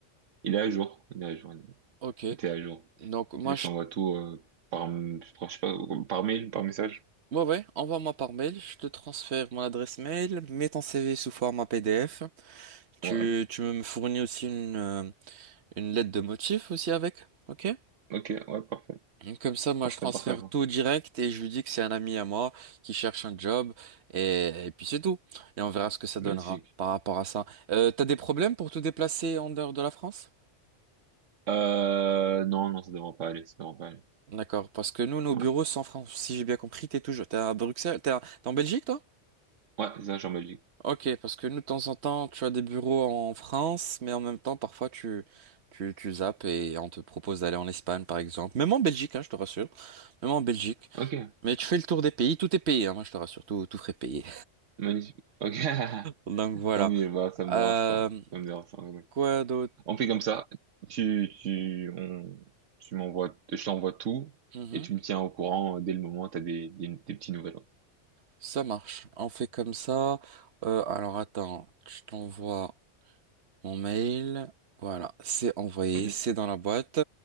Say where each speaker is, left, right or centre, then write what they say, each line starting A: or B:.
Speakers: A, on the right; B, on the right.
A: Il est à jour, il est à jour,
B: Ok.
A: tout est à jour.
B: Donc, moi,
A: Je
B: je...
A: t'envoie tout euh, par, je sais pas, par mail, par message.
B: ouais, ouais, envoie-moi par mail. Je te transfère mon adresse mail. Mets ton CV sous format PDF. Tu,
A: Ouais,
B: tu me fournis aussi une, euh, une lettre de motif aussi avec. Ok?
A: ok, ouais, parfait,
B: Comme ça, moi,
A: parfait,
B: je transfère
A: parfait. parfait.
B: tout direct et je lui dis que c'est un ami à moi qui cherche un job et, et puis c'est tout. Et on verra ce que ça
A: Magnifique.
B: donnera par rapport à ça. Euh, t'as des problèmes pour te déplacer en dehors de la France?
A: Euh, non, non, ça devrait pas aller, ça devrait pas aller.
B: D'accord, parce que nous, nos
A: Ouais,
B: bureaux sont en France. Si j'ai bien compris, t'es toujours, t'es à Bruxelles, t'es à- t'es en Belgique, toi?
A: ouais, c'est ça, je suis en Belgique.
B: Ok, parce que nous, de temps en temps, tu as des bureaux en France, mais en même temps, parfois, tu, tu, tu zappes et on te propose d'aller en Espagne, par exemple. Même en Belgique, hein, je te rassure. Même en Belgique.
A: Ok,
B: Mais tu fais le tour des pays, tout est payé, hein, moi, je te rassure, tout, tout frais payé.
A: magnifique. Ok. <laughs>
B: Donc voilà.
A: Tant mieux, bah, ça me
B: Euh,
A: dérange pas. Ça me dérange pas. oui.
B: quoi d'autre?
A: On fait comme ça. Tu, tu, on, tu m'envoies, je t'envoie tout
B: Mhm.
A: et tu me tiens au courant euh, dès le moment où t'as des, des, des petits nouvelles.
B: Ça marche. On fait comme ça. Euh, alors attends, je t'envoie mon mail. Voilà, c'est envoyé,
A: ouais.
B: c'est dans la boîte.